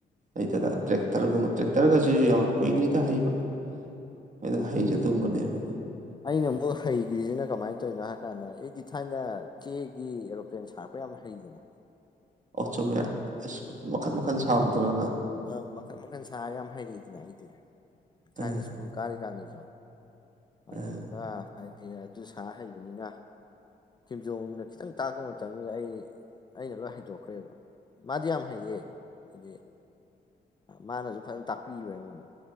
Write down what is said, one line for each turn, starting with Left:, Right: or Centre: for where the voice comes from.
Right: ꯑꯩꯗꯗ ꯇ꯭ꯔꯦꯛꯇꯔꯒꯨꯝꯕ ꯇ꯭ꯔꯦꯛꯇꯔꯒꯁꯤ ꯌꯥꯝ ꯀꯨꯏꯗ꯭ꯔꯤꯗ ꯍꯩꯕ ꯑꯩꯅ
Left: ꯎꯝ
Right: ꯍꯩꯁꯦ ꯑꯗꯨꯝꯕꯅꯦꯕ
Left: ꯑꯩꯅ ꯑꯃꯨꯛ ꯍꯩꯈ꯭ꯔꯤꯁꯤꯅ ꯀꯃꯥꯏ ꯇꯩꯅꯣ ꯍꯥꯏ ꯀꯥꯟꯗ ꯑꯩꯗꯤ ꯊꯥꯏꯅ ꯆꯦꯒꯤ ꯑꯦꯔꯣꯄ꯭ꯂꯦꯟ ꯁꯥꯔꯛꯄ ꯌꯥꯝ ꯍꯩꯗꯅ
Right: ꯑꯣ ꯆꯨꯝꯃꯦ ꯑꯁ ꯃꯈꯟ ꯃꯈꯟ ꯁꯥꯕꯗꯨꯔ
Left: ꯑ ꯃꯈꯜ ꯃꯈꯟ ꯁꯥꯔꯒ ꯌꯥꯝ ꯍꯩꯔꯛꯗꯅ ꯑꯩꯗꯤ ꯊꯥꯏꯅ
Right: ꯑꯥ
Left: ꯁ꯭ꯀꯨꯜ ꯀꯥꯔꯤ ꯀꯥꯟꯗꯁꯨ ꯑꯗꯨꯗꯨꯅ
Right: ꯑꯥ
Left: ꯍꯥꯏꯗꯤ ꯑꯗꯨ ꯁꯥ ꯍꯩꯕꯅꯤꯅ ꯈꯤꯝꯖꯣꯡꯅ ꯈꯤꯇꯪ ꯇꯥꯛꯄ ꯃꯇꯝꯗꯨꯗ ꯑꯩ ꯑꯩꯅ ꯂꯣꯏ ꯍꯩꯗꯣꯛꯈ꯭ꯔꯦꯕ ꯃꯥꯗꯤ ꯌꯥꯝ ꯐꯩꯌꯦ ꯍꯥꯏꯗꯤ ꯃꯥꯅꯁꯨ ꯐꯖꯅ ꯇꯥꯛꯄꯤꯕ ꯑꯩꯉꯣꯟꯗ